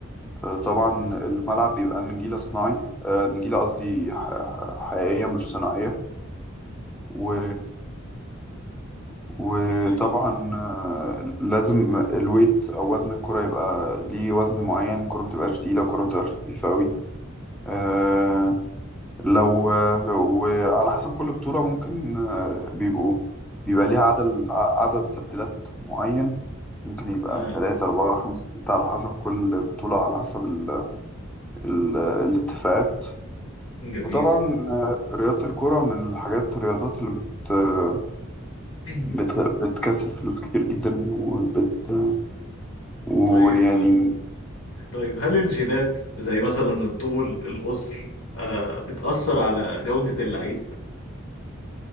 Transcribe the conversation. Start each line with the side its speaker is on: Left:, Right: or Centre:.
Centre: آه، طبعا الملعب بيبقى نجيلة صناعي آه، نجيلة قصدي ح- حقيقية مش صناعية و... وطبعا
Left: طيب
Centre: آه، لازم الويت أو وزن الكرة يبقى ليه وزن معين الكرة متبقاش تقيلة الكرة متبقاش خفيفة أوي آه، لو آه، وعلى حسب كل بطولة ممكن آه، بيبقوا بيبقى ليها عدد عدد تبديلات معين ممكن يبقى
Left: نعم.
Centre: تلاتة أربعة خمسة ستة على حسب كل بطولة على حسب ال... ال... الاتفاقات
Left: جميل
Centre: وطبعا آه، رياضة الكرة من الحاجات الرياضات اللي بت آه،
Left: <clears throat>
Centre: بت بتكسب فلوس كتير جدا وبت ويعني
Left: طيب طيب هل الجينات زي مثلا الطول القصر آه، بتأثر على جودة اللعيب